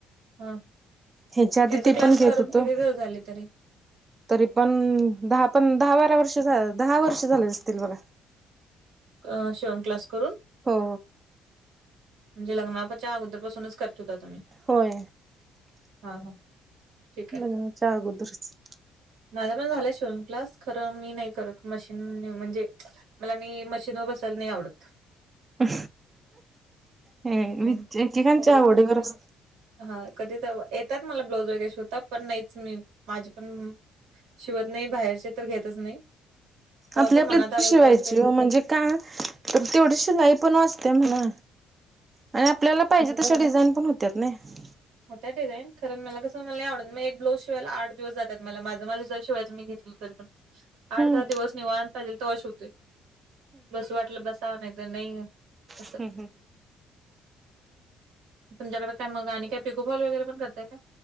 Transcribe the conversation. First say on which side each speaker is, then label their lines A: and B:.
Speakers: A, on the right; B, on the right.
A: हा
B: हयाच्या आधी
A: त्याचा
B: ते
A: क्लास
B: पण घेत
A: करून
B: होतो
A: किती दिवस झाले तरी
B: तरी पण दहा पण दहा बारा वर्षं दहा वर्षं झाले असतील बघा
A: अ शिवण क्लास करून
B: हो
A: म्हणजे लग्नाच्या अगोदर पासूनच करत्यात
B: होय
A: हा हा ठीक आहे
B: लग्नाच्या
A: <inaudible>
B: अगोदरच
A: माझा पण झालं शिवन क्लास खरं मी नाही करत मशीन नाही म्हणजे मला मी मशीन वर बसायला नाही आवडत
B: ह एकेकांच्या
A: मग
B: आवडीवर असते
A: हा कधी तर येतात मला ब्लाऊज वगैरे शिवता पण नाहीच मी माझे पण शिवत नाही बाहेरचे तर घेतच नाही कव्हा
B: आपले आपले
A: मनात
B: तर
A: आलं
B: शिवायचे
A: ते
B: हो म्हणजे का तर तेवढी शिलाई पण वाचत्या म्हणा आणि आपल्याला पाहिजे तशी डिझाईन पण होत्या त्यात नाही <inaudible>
A: होतय डिझाईन खरं मला कसं मला नाही आवडत मग एक ब्लाउज शिवायला आठ दिवस जात्यात मला माझं माझं शिवायच मी घेतलो तर
B: हम्म
A: आठ दहा दिवस निवांत पाहिजेल तवा शिवतोय बसू वाटलं बसा नाही तर नाही असं
B: हम्म हम्म
A: तुमच्याकडे काय मग आणि काय पिकोफॉल वगैरे पण करताय काय